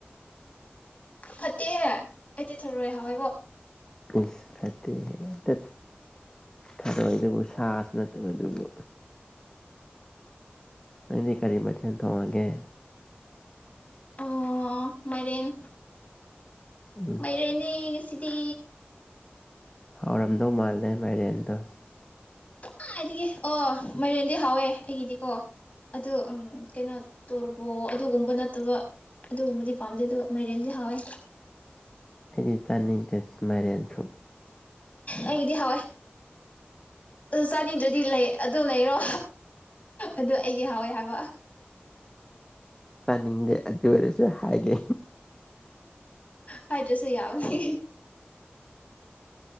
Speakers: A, on the left; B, on the left.
A: ꯐꯠꯇꯦꯍꯦ ꯑꯩ ꯗꯤ ꯊꯔꯣꯏ ꯍꯥꯎꯋꯦꯕꯣ
B: ꯏꯁ ꯐꯠꯇꯦꯑꯦ ꯇꯠ ꯊꯔꯣꯏꯗꯕꯨ ꯁꯥꯁꯨ ꯅꯠ ꯅꯠꯇꯕ ꯗꯨꯕꯨ ꯅꯪꯗꯤ ꯀꯔꯤ ꯃꯊꯦꯜ ꯊꯣꯡꯉꯒꯦ
A: ꯑꯣ ꯃꯥꯏꯔꯦꯟ
B: ꯎꯝ
A: ꯃꯥꯏꯔꯦꯟꯅꯦ ꯉꯁꯤꯗꯤ
B: ꯍꯥꯎꯔꯝꯗꯧ ꯃꯥꯜꯂꯦ ꯃꯥꯏꯔꯦꯟꯗꯣ
A: ꯀꯠꯗꯥꯏꯗꯒꯤ ꯑꯣ ꯃꯥꯏꯔꯦꯟꯗꯤ ꯍꯥꯎꯋꯦ ꯑꯩꯒꯤꯗꯤꯀꯣ ꯑꯗꯨ ꯎꯝ ꯀꯩꯅꯣ ꯇꯣꯔꯕꯣ ꯑꯗꯨꯒꯨꯝꯕ ꯅꯠꯇꯕ ꯑꯗꯨꯒꯨꯝꯕꯗꯤ ꯄꯥꯝꯗꯦ ꯗꯨ ꯃꯥꯏꯔꯦꯟꯗꯤ ꯍꯥꯎꯋꯦ
B: ꯑꯩꯗꯤ ꯆꯥꯅꯤꯡꯗꯦ ꯃꯥꯏꯔꯦꯟꯁꯨ
A: ꯑꯩꯒꯤꯗꯤ ꯍꯥꯎꯋꯦ ꯑꯁ ꯆꯥꯅꯤꯡꯗ꯭ꯔꯗꯤ ꯂꯩ ꯑꯗꯨ ꯂꯩꯔꯣ ꯑꯗꯨ ꯑꯩꯗꯤ ꯍꯥꯎꯋꯦ ꯍꯥꯏꯕ
B: ꯆꯅꯤꯡꯗꯦ ꯑꯗꯨ ꯑꯣꯏꯔꯁ ꯍꯥꯏꯒꯦ
A: ꯍꯥꯏꯇ꯭ꯔꯁꯨ ꯌꯥꯕꯅꯦ